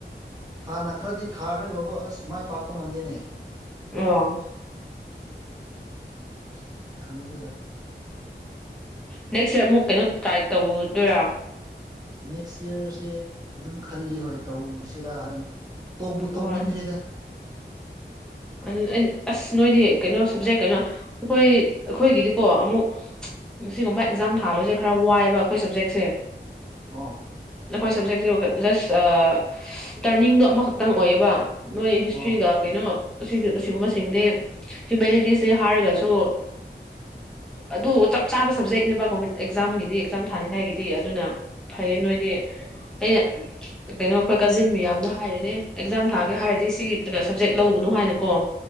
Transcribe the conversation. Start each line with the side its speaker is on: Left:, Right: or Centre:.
Right: ꯍꯥꯟꯅ ꯈꯔꯗꯤ ꯊꯥꯈ꯭ꯔꯦꯕꯣ ꯑꯁ ꯃꯥꯏ ꯄꯥꯛꯄ ꯉꯝꯗꯦꯅꯦ
Centre: ꯑꯣ
Right: ꯑꯁ ꯈꯪꯗ꯭ꯔꯦꯗ
Centre: ꯅꯦꯛꯁ ꯏꯔ ꯑꯃꯨꯛ ꯀꯩꯅꯣ ꯇ꯭ꯔꯥꯏ ꯇꯧꯗꯣꯏꯔꯥ
Right: ꯅꯦꯛꯁ ꯏꯌꯥꯔꯁꯦ ꯑꯗꯨꯝ ꯈꯜꯂꯤ ꯍꯣꯏ ꯇꯧꯁꯤꯔꯥ ꯍꯥꯏꯅ ꯇꯣꯛꯄꯕꯨ
Centre: ꯍꯣꯏ
Right: ꯇꯣꯛꯅꯤꯡꯈ꯭ꯔꯦꯗ
Centre: ꯑꯗꯨ ꯑꯩꯗꯤ ꯑꯁ ꯅꯣꯏꯗꯤ ꯀꯩꯅꯣ ꯁꯕꯖꯦꯛ ꯀꯩꯅꯣ ꯑꯩꯈꯣꯏ ꯑꯩꯈꯣꯏꯒꯤꯗꯤꯀꯣ ꯑꯃꯨꯛ ꯃꯁꯤꯁꯤꯒ ꯑꯦꯛꯖꯝ ꯊꯥꯕꯁꯦ ꯈꯔ ꯋꯥꯏꯑꯦꯕ ꯑꯩꯈꯣꯏ ꯁꯞꯖꯦꯛꯁꯦ
Right: ꯑꯣ
Centre: ꯑꯩꯈꯣꯏ ꯁꯕꯖꯦꯛꯇꯤ ꯖꯁ ꯇꯔꯅꯤꯡꯗꯣ ꯑꯃꯈꯛꯇꯪ ꯑꯣꯏꯌꯦꯕ ꯅꯣꯏ ꯍꯤꯁꯇ꯭ꯔꯤꯒ
Right: ꯑꯣ
Centre: ꯀꯩꯅꯣ ꯑꯁꯤꯒꯨꯝꯕꯁꯤꯡꯗꯤ ꯍ꯭ꯌꯨꯃꯦꯂꯤꯇꯤꯁꯅꯤ ꯍꯥꯏꯔꯒꯁꯨ ꯑꯗꯨ ꯆꯞ ꯆꯥꯕ ꯁꯕꯖꯦꯛꯅꯦꯕ ꯀ ꯑꯦꯛꯖꯥꯝꯒꯤꯗꯤ ꯑꯦꯛꯖꯥꯝ ꯊꯥꯅꯤꯡꯉꯥꯏꯒꯤꯗꯤ ꯑꯗꯨꯅ ꯐꯩꯌꯦ ꯅꯣꯏꯗꯤ ꯑꯩꯅ ꯀꯩꯅꯣ ꯑꯩꯈꯣꯏ ꯀꯖꯤꯟ ꯃꯤꯌꯥꯝꯅ ꯍꯥꯏꯔꯦꯅꯦ ꯑꯦꯛꯖꯥꯝ ꯊꯥꯒꯦ ꯍꯥꯏꯔ ꯁꯤ ꯁꯕꯖꯦꯛ ꯂꯧꯒꯅꯨ ꯍꯥꯏꯅ ꯒꯣ